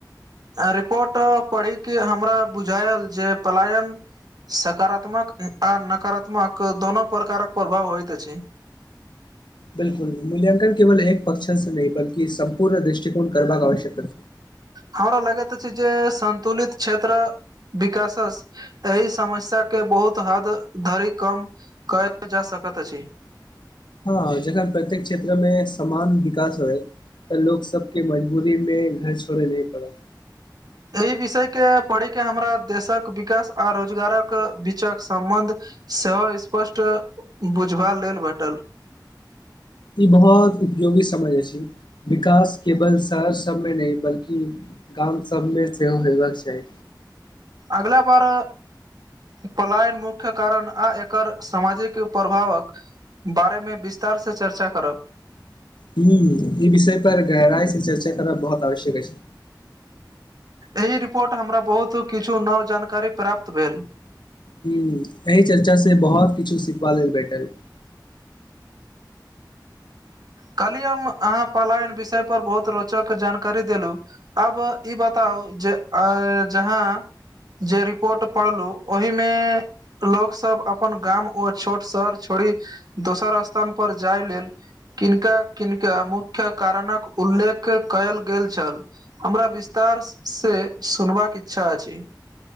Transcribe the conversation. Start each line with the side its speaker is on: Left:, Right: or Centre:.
Right: रिपोर्ट पढ़ि के हमरा बुझायल जे पलायन सकारात्मक आ नकारात्मक दोनो प्रकारक प्रभाव होइत छै,
Left: बिल्कुल मूल्यङ्कन केवल एक पक्क्ष से नहि बलकी संपूर्ण दृष्टिकोण करबाक आवश्यकता
Right: हमरा लगैत अछि जे संतुलित क्षेत्र विकासस एहि समस्या के बहुत हद धरि कम कयल जा सकैत अछि,
Left: हँ जखन प्रत्येक क्षेत्रमे समान विकास होयत तऽ लोक सबके मजबूरी मे घर छोड़े नै पड़त
Right: एहि विषय के पढ़ि के हमरा देशक विकास आ रोजगारक बीचक सम्बन्ध सेहो स्पष्ट बुझबा लेल भेटल
Left: ई बहुत उपयोगी समझ अछी विकास केवल शहर सबमे नहि बल्कि गाम सबमे सेहो होयबाक चाही
Right: अगला बार पलायन मुख्य कारण आ एकर सामाजिक प्रभावक बारे मे विस्तार से चर्चा करब
Left: हूँ ई विषय पर गहराई से चर्चा करब बहुत आवश्यक अछि,
Right: एहि रिपोट हमरा बहुत किछु नव जानकारी प्राप्त भेल
Left: हूँ एहि चर्चा से बहुत किछु सिखबा लेल बैटल,
Right: कल्ही हम अहाँ पलायन विषय पर बहुत रोचक जानकारी देलु। अब ई बताउ जे अ जहाँ, जे रिपोर्ट पढ़लु ओहिमे लोक सब अपन गाम ओ छोट शहर छोड़ी दोसर स्थन पर जाय लेल किनका किनका मुख्य कारणक उल्लेख कयल गेल छल हमरा विस्तार से सुनबाक इच्छा अछि,